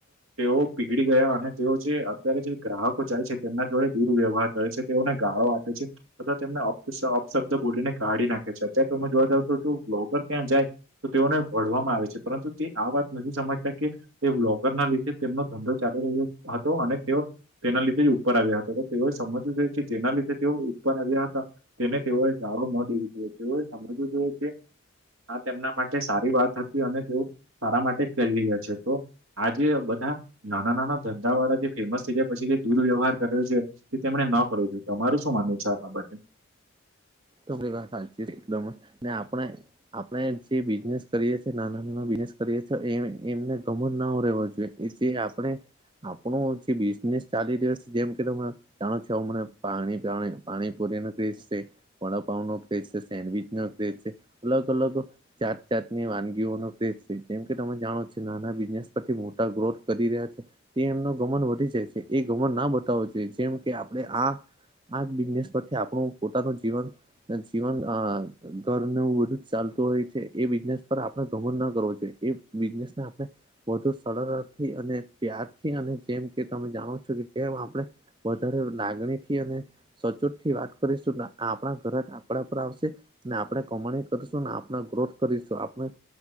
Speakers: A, on the right (about 75°); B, on the right (about 20°).
A: તેઓ પીગળી ગયા અને તેઓ જે અત્યારે જે ગ્રાહકો જાય છે તેમના જોડે દુરવ્યવહાર કરે છે. તેઓને ગાળો આપે છે. <unintelligible> તેમને અપશબ્દ બોલીને કાઢી નાખે છે અત્યારે તમે જોવા જાવ તો ત્યાં જાય તો તેઓને ભળવામાં આવે છે પરંતુ તે આ વાત નથી સમજતા કે તે બ્લોગર ના લીધ જે તેમનો ધંધો ચાલી રહ્યો હતો અને તેઓ તેના લીધે જ ઉપર આવ્યા હતા તો તેઓએ સમજવું જો કે જેના લીધે તેઓ ઉપર આવ્યા હતા તેને તેઓએ જારું ન દેવું જોઈએ તેઓએ સમજવું જોઈએ કે આ તેમના માટે સારી વાત હતી અને તેઓ સારા માટે જ કરી રહ્યા છે તો આ જે બધા નાના નાના ધંધા વાળા જે ફેમસ થઈ ગયા પછી જે દુર્વ્યવહાર કર્યો છે. કે તેમણે ન કરવું જોઈએ તમારું શું માનવું છે આ બાબતે?
B: તો વાત સાચી એકદમ ને આપણે આપણે જે બિઝનેસ કરીએ છીએ નાના નાના બિઝનેસ કરીએ છીએ એમને ગમણ ના રહેેવા જોઈએ એ જે આપણે આપણો જે બિઝનેસ ચાલી રહ્યો છે જેમ કે તમે જાણો છો હમણે પાણી પાણી પૂરીને <unintelligible> વડાંપાવ નો ક્રેજ છે સેન્ડવીચ નો ક્રેજ છે અલગ અલગ જાત જાતની વાનગીઓનો ક્રેજ છે જેમ કે તમે જાણો છો નાના બિઝનેસ પરથી મોટા ગ્રોથ કરી રહ્યા છે. તે એમનો ગમન વધી જાય છે એ ગમન ના બતાવો જોઈએ જેમ કે આપણે આ આ જ બિઝનેસ પરથી આપણું પોતાનું જીવન જીવન ઘરનું બધું જ ચાલતું હોય છે એ બિઝનેસ પર આપણે ગમ ના કરવો જો એ બિઝનેસ ના આપણે વધુ સરળથી અને પ્યારથી અને જેમ કે તમે જાણો છો કે જેમ આપણે વધારે લાગણી થી અને સચોટ થી વાત કરીશું આપ આપણા ઘર આપણા પર આવશે ને આપણે કમાણી કરશું ને આપણા ગ્રોથ કરીશું આપણે